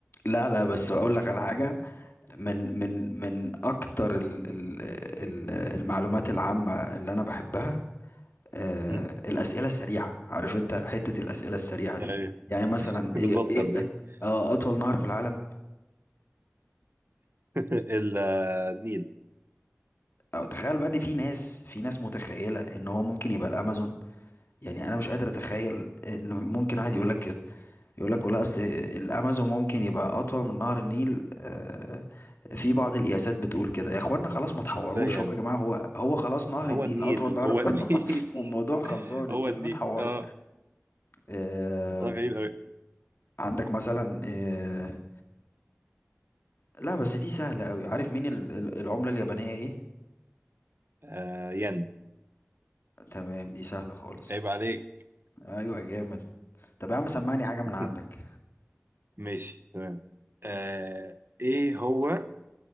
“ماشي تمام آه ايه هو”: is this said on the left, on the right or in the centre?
Right